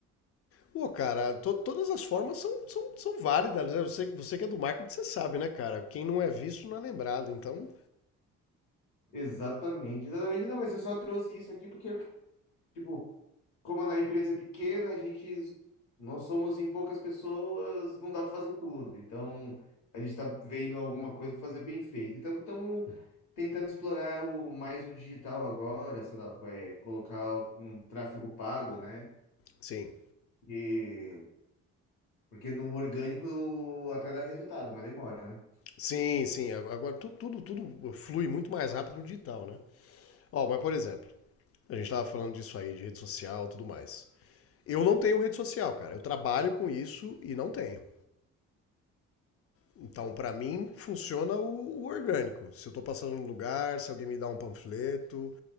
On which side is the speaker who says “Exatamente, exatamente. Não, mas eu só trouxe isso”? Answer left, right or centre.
Left